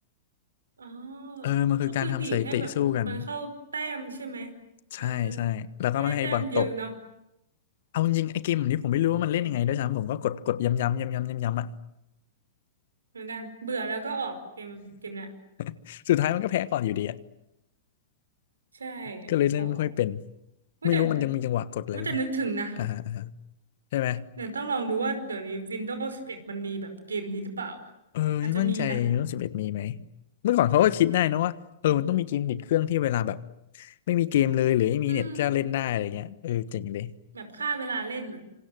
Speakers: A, on the right; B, on the left.
A: อ๋อ
B: เออมันคือการทำสถิติสู้กัน
A: ก็คือดีดให้แบบมันเข้าแต้มใช่ไหมเออ
B: ใช่ใช่แล้วก็ไม่ให้บอลตก
A: ไม่ได้แต้มเยอะเนาะ
B: เอาจริงๆไอ้เกมแบบนี้ผมไม่รู้ว่ามันเล่นยังไงด้วยซ้ำผมก็กดกดย้ำย้ำย้ำย้ำย้ำย้ำอ่ะ
A: โหเก่งเหมือนกัน เบื่อแล้วก็ออกเกมเกมเนี้ย
B: <laughs> สุดท้ายมันก็แพ้ก่อนอยู่ดีอ่ะ
A: ใช่
B: ก็เลยเล่นไม่ค่อยเป็น
A: โหไม่าแต่
B: ไม่รู้มันยังมีจังหวะกดอะไรหรือเปล่า
A: ไม่าแต่นึกถึงนะ
B: อ่าฮะ ใช่ไหม
A: เดี๋ยวต้องลองดูว่าเดี๋ยวนี้ Windows 11มันมีแบบเกมนี้หรือเปล่าอ่ะอาจจะมีนะ
B: เออไม่มั่นใจรุ่นสิบเอ็ดมีไหมเมื่อก่อนเขาก็คิดได้นะว่าเออมันต้องมีเกมติดเครื่องที่เวลาแบบ
A: เดี๋ยว
B: ไม่มีเกมเลยหรือไม่มีเน็ตจะเล่นได้อะไรเงี้ยเออเจ๋งเลย
A: อืมแบบฆ่าเวลาเล่นนะ